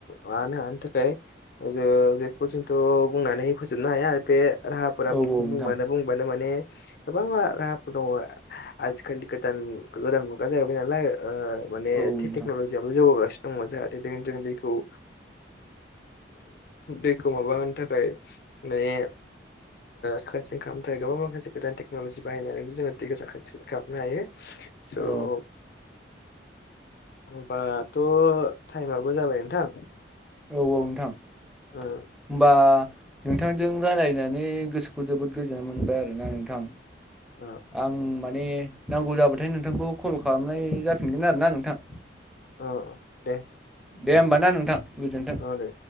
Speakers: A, on the left; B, in the centre.
A: माबानो हानो थाखाय थाखाय ज जेखौ जोंथ' बुंनानै फोजोबनो हाया बे राहाफोरा
B: औ
A: बुंबानो
B: नोंथां
A: बुंबानो माने गोबां राहाफोर दङ आजिखालि गोदान गोदान मुगा जाहैबाय नालाय माने
B: औ नोंथां
A: टेक्न'लजियाबो जौगागासिनो दङ जाहाथे जों दैखौ दैखौ माबा होनो थाखाय माने साखोन सिखोन खालामनो थाखाय गोबां माखासे गोदान टेक्न'लजि बाहायनानैबो जोङो दैखौ साखोन सिखोन खालामनो हायो औ
B: अ
A: होनबाथ' टाइमाबो जाबाय नोंथां
B: औ औ नोंथां
A: ओ
B: होमबा नोंथांजों रायज्लायनानै गोसोखौ जोबोद गोजोननाय मोनबाय आरोना नोंथां
A: ओ
B: आं माने नांगौ जाबो नोंथांखौ कल खालामनाय जाफिनगोन आरोना नोंथां
A: अ दे
B: दे होमबा ना नोंथां गोजोन्थों
A: अ दे